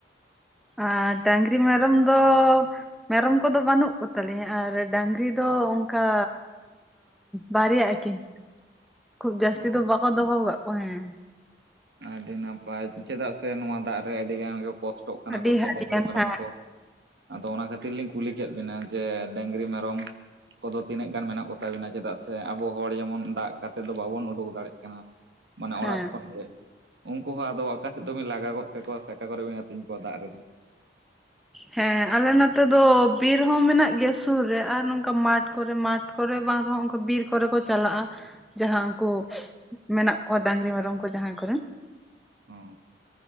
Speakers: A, in the centre; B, on the right (about 70°).
A: ᱟᱨ ᱰᱟᱝᱨᱤ ᱢᱮᱨᱚᱢ ᱫᱚ ᱢᱮᱨᱚᱢ ᱠᱚᱫᱚ ᱵᱟᱹᱱᱩᱜ ᱠᱚ ᱛᱟᱞᱤᱧᱟ, ᱟᱨ ᱰᱟᱝᱨᱤ ᱫᱚ ᱚᱱᱠᱟ ᱵᱟᱨᱭᱟᱜᱼᱟᱠᱤᱱ ᱠᱷᱩᱵ ᱡᱟᱹᱥᱛᱤ
B: ᱚ
A: ᱫᱚ ᱵᱟᱠᱚ ᱫᱚᱦᱚ ᱠᱟᱜ ᱠᱚᱣᱟ ᱦᱮᱸ ᱾
B: ᱟᱹᱰᱤ ᱱᱟᱯᱟᱭ ᱪᱮᱫᱟᱜ ᱥᱮ ᱱᱚᱣᱟ ᱫᱟᱜ ᱨᱮ ᱟᱹᱰᱤ ᱜᱟᱱ ᱜᱮ ᱠᱚᱥ ᱥᱚᱴᱚᱜ ᱠᱟᱱᱟ
A: ᱟᱹᱰᱤ
B: ᱠᱚ ᱥᱮ
A: ᱦᱟᱹᱴᱤᱭᱟᱱ
B: ᱰᱟᱝᱨᱤ ᱢᱮᱨᱚᱢ
A: ᱦᱮᱸ
B: ᱠᱚ ᱾ ᱟᱫᱚ ᱚᱱᱟ ᱠᱷᱟᱹᱛᱤᱨ ᱞᱤᱧ ᱠᱩᱞᱤ ᱠᱮᱫ ᱵᱤᱱᱟ ᱡᱮ ᱰᱟᱝᱨᱤ ᱢᱮᱨᱚᱢ ᱠᱚᱫᱚ ᱛᱤᱱᱟᱹᱜ ᱜᱟᱱ ᱢᱮᱱᱟᱜ ᱠᱚᱛᱟ ᱵᱚᱱᱟ ᱠᱚᱫᱚ ᱛᱤᱱᱟᱹᱜ ᱜᱟᱱ ᱢᱮᱱᱟᱜ ᱠᱚ ᱛᱟᱵᱮᱱᱟ ᱪᱮᱫᱟᱜ ᱥᱮ ᱟᱵᱚ ᱦᱚᱲ ᱡᱮᱢᱚᱱ ᱫᱟᱜ ᱠᱟᱛᱮ ᱫᱚ ᱵᱟᱵᱚᱱ ᱩᱰᱩᱠ ᱫᱟᱲᱮᱭᱟᱜ ᱠᱟᱱᱟ ᱾ ᱢᱟᱱᱮ
A: ᱦᱮᱸ
B: ᱚᱲᱟᱜ ᱠᱷᱚᱱ ᱜᱮ ᱾ ᱩᱱᱠᱩ ᱦᱚᱸ ᱟᱫᱚ ᱚᱠᱟ ᱥᱮᱫ ᱫᱚᱵᱤᱱ ᱞᱟᱜᱟ ᱜᱚᱫ ᱠᱟᱠᱚᱣᱟ ᱥᱮ ᱚᱠᱟ ᱠᱚᱨᱮ ᱵᱤᱱ ᱟᱹᱛᱤᱧ ᱠᱚᱣᱟ ᱫᱟᱜ ᱨᱮᱫᱚ ᱾
A: ᱦᱮᱸ ᱟᱞᱮ ᱱᱚᱛᱮ ᱫᱚ ᱵᱤᱨ ᱦᱚᱸ ᱢᱮᱱᱟᱜ ᱜᱮᱭᱟ ᱥᱩᱨ ᱨᱮ ᱟᱨ ᱱᱚᱝᱠᱟ ᱢᱟᱴᱷ ᱠᱚᱨᱮ ᱢᱟᱴᱷ ᱠᱚᱨᱮ ᱵᱟᱝ ᱨᱮᱦᱚᱸ ᱩᱱᱠᱟ ᱵᱤᱨ ᱠᱚᱨᱮ ᱠᱚ ᱪᱟᱞᱟᱜᱼᱟ ᱾ ᱡᱟᱦᱟᱸ ᱩᱱᱠᱩ ᱢᱮᱱᱟᱜ ᱠᱚᱣᱟ ᱰᱟᱝᱨᱤ ᱢᱮᱨᱚᱢ ᱠᱚ ᱡᱟᱦᱟᱸᱭ ᱠᱚᱨᱮᱱ ᱾
B: ᱚ